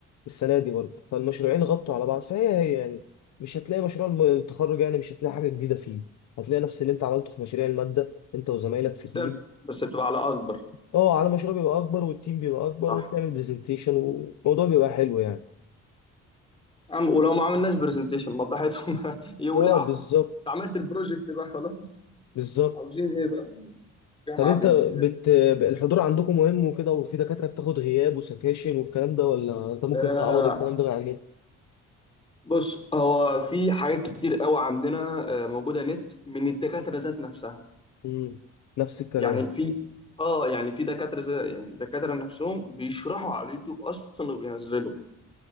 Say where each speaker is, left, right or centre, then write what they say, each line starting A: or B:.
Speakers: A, on the left; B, on the left.
A: السنه دي برضه فالمشروعين غطوا على بعض فهي هي يعني مش هتلاقي مشروع الم- التخرج يعني مش هتلاقي حاجه جديده فيه هتلاقي نفس اللي انت عملته في مشاريع الماده انت وزمايلك في
B: بس
A: تيم
B: بس بتبقى على اكبر
A: اه على مشروع بيبقى اكبر والتيم بيبقى اكبر
B: صح
A: وبتعمل برزنتيشن والموضوع بيبقى حلو يعني
B: يا عم ولو ما عملناش برزنتيشن ما براحتهم <laughs> يولعوا
A: اه بالظبط
B: انت عملت البروجكت بقى خلاص
A: بالظبط
B: عاوزين ايه بقى جامعة
A: طب انت
B: بنت
A: بت... الحضور عندكم مهم وكده وفي دكاترة بتاخد غياب وسكاشن والكلام ده ولا انت ممكن
B: آه
A: تعوض الكلام ده من على النت؟
B: بص هو في حاجات كتير قوي عندنا آه موجودة نت من الدكاترة ذات نفسها
A: امم نفس الكلام
B: يعني في اه يعني في دكاترة زي يعني دكاترة نفسهم بيشرحوا على اليوتيوب اصلا وبينزلوا